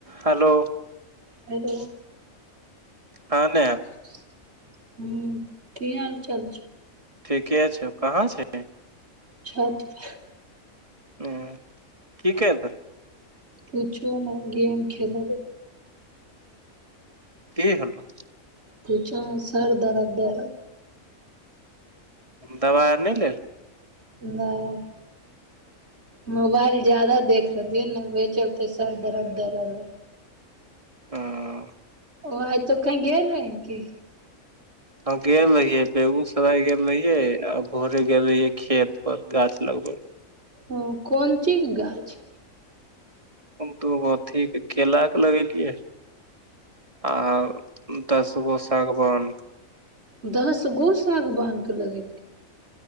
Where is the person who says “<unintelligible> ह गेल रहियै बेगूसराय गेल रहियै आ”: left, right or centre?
Right